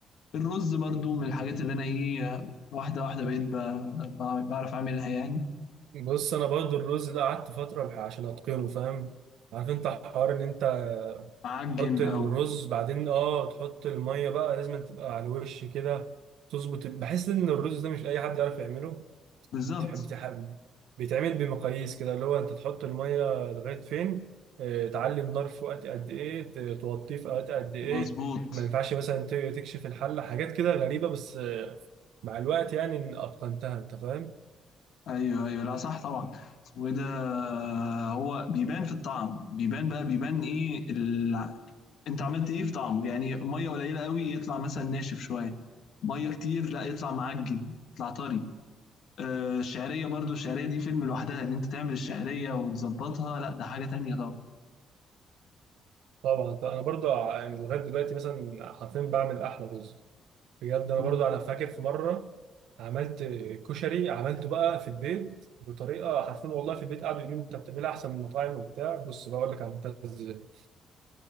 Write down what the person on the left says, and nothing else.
الرز برضو من الحاجات اللي انا ايه آه، واحده واحده بقيت ب- ب- بعرف اعملها يعني
معجن
او
بالظبط
مظبوط
ايوه ايوه لا صح طبعا اسمه ايه ده هو بيبان في الطعم بيبان بقى بيبان ايه ال... انت عملت ايه في طعمه يعني ميه قليله قوي يطلع مثلا ناشف شويه ميه كتير لا يطلع معجن يطلع طري آه الشعريه برضو الشعريه دي فيلم لوحدها ان انت تعمل الشعريه وتظبطها لا ده حاجه تانية طبعا
مم.